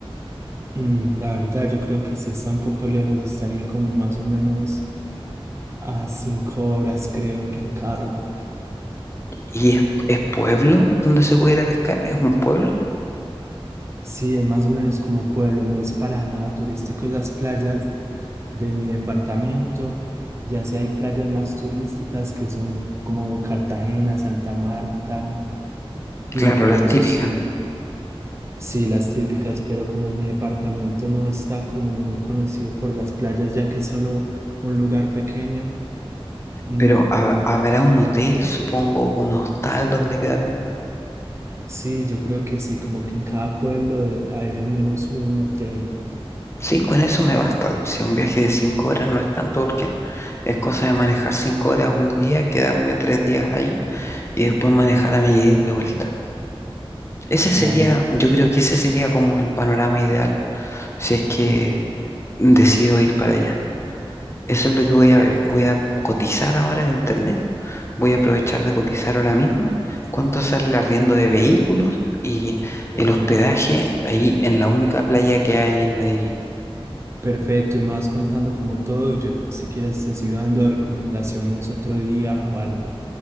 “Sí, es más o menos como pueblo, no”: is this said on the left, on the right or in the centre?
Right